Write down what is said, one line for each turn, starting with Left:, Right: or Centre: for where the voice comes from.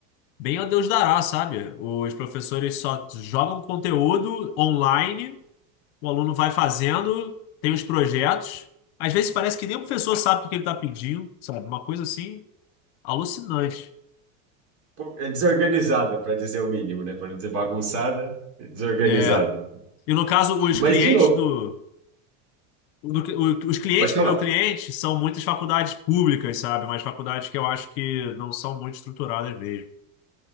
Left: Bem ao Deus dará, sabe? Os professores só jogam conteúdo online, o aluno vai fazendo, tem os projetos. Às vezes parece que nem o professor sabe o que que ele está pedindo, sabe? Uma coisa assim alucinante.
Right: Pô, É desorganizada, para dizer o mínimo, né? Para não dizer bagunçada, é desorganizada.
Left: É. E no caso, os
Right: Mas
Left: clientes
Right: de novo,
Left: do, do- o- os clientes
Right: pode falar.
Left: do meu cliente são muitas faculdades públicas, sabe? Mas faculdades que eu acho que não são muito estruturadas mesmo.